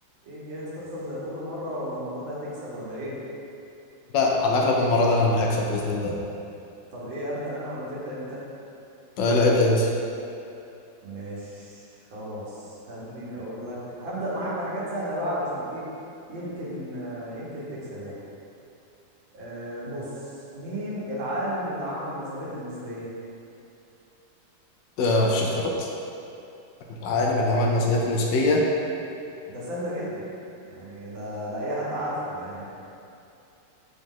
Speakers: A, on the right; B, on the left.
A: ايه جاهز تخسر زي كل مرة ولا المرة دي هتكسب ولا ايه
B: لا على الاغلب المره دي انا اللي هكسب باذن الله
A: طب ايه ابدأ انا ولا تبدأ انت
B: آه لا ابدا انت
A: مش خلاص خليني اقول لك هبدأ معاك بحاجات سهلة بقى علشان ايه يمكن آه، يمكن تكسب يعني أه بص مين العالم اللي عمل نظرية النسبية
B: آه مفيش اختيارات العالم اللي عمل النظريات النسبيه
A: ده سهلة جدا يعني ده ده اي حد عارفه يعني